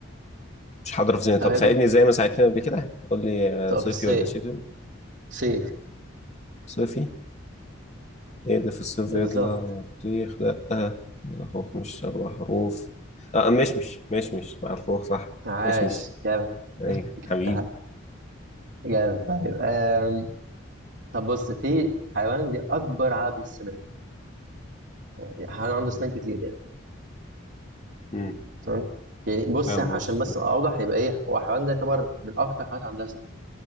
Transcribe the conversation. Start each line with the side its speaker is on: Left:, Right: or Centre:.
Left: مش حاضر في ذهني طب
Right: طب هي
Left: ساعدني
Right: بت-
Left: زي ما ساعدتني قبل كده قول لي آه،
Right: بتبقى
Left: صيفي
Right: في الصيف
Left: ولا شتوي
Right: صيف
Left: صيفي ايه اللي في الصيف
Right: بالظبط
Left: يطلع بطيخ لأ آه، الخوخ مش أربع حروف اه مشمش مشمش مع الخوخ صح
Right: عاش
Left: مشمش
Right: جامد
Left: أيوة حبيبي
Right: ده- جامد طيب آم. طب بص في حيوان دي اكبر عدد السنان يعني حيوان عنده سنان كتير يعني
Left: مم.
Right: تمام يعني بص
Left: لا
Right: عشان
Left: مش
Right: بس ابقى اوضح يبقى ايه هو الحيوان ده يعتبر من اكتر الحيوانات عندها سنان